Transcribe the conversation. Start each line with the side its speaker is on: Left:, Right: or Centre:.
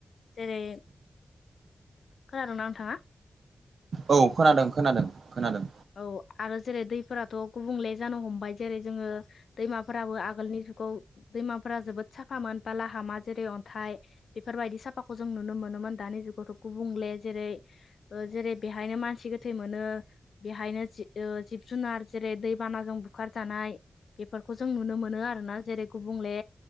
Left: जेरै खोनादों ना नोंथाङा?
Right: औ खोनादों खोनादों खोनादों
Left: औ आरो जेरै दैफोराथ' गुबुंले जानो हमबाय जेरै जोङो दैमाफोराबो आगोलनि जुगाव दैमाफोरा जोबोद साफामोन बालाहामा जेरै अन्थाइ बेफोरबायदि साफाखौ जों नुनो मोनोमोन दानि जुगावथ' गुबुंले जेरै जेरै बेहायनो मानसि गोथै मोनो बेहायनो जि जिब जुनार जेरै दैबानाजों बुखारजानाय बेफोरखौ जों नुनो मोनो आरोना जेरै गुबुंले